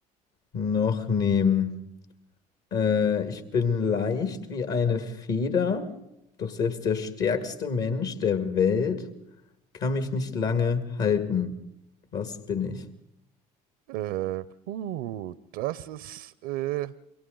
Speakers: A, on the left (about 60°); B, on the right (about 75°).
A: noch nehmen? Äh, ich bin leicht wie eine Feder, doch selbst der stärkste Mensch der Welt kann mich nicht lange halten. Was bin ich?
B: Äh, puh, das ist äh,